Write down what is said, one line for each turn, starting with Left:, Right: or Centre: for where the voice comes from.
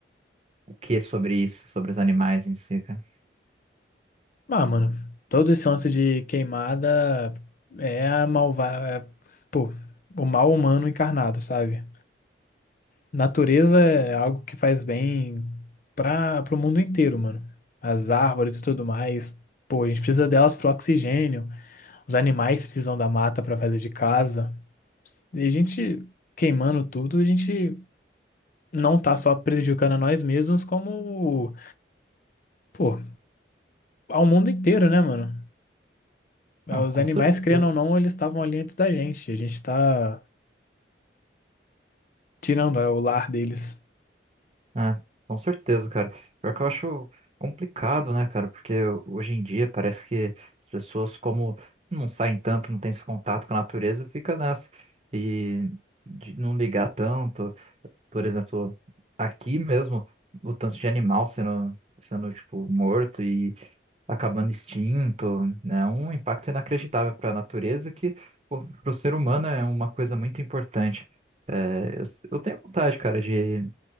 Right: o que sobre isso, sobre os animais em si, cara?
Left: Ah, mano, todo esse lance de queimada é a malva... é, pô, o mal humano encarnado, sabe? Natureza é algo que faz bem para o mundo inteiro, mano. As árvores e tudo mais. Pô, a gente precisa delas para oxigênio. Os animais precisam da mata para fazer de casa. E a gente queimando tudo, a gente não tá só prejudicando a nós mesmos, como, pô, ao mundo inteiro, né, mano?
Right: Não,
Left: Os
Right: com
Left: animais,
Right: certeza.
Left: querendo ou não, eles estavam ali antes da gente. A gente tá tirando é, o lar deles.
Right: É, com certeza, cara. Pior que eu acho complicado, né, cara? Porque hoje em dia parece que as pessoas, como não saem tanto, não têm esse contato com a natureza, fica nessa. E de não ligar tanto. Por exemplo, aqui mesmo, o tanto de animal sendo, sendo tipo, morto e acabando extinto, né? é Um impacto inacreditável para a natureza que, para o ser humano, é uma coisa muito importante. É, eu, eu tenho vontade, cara, de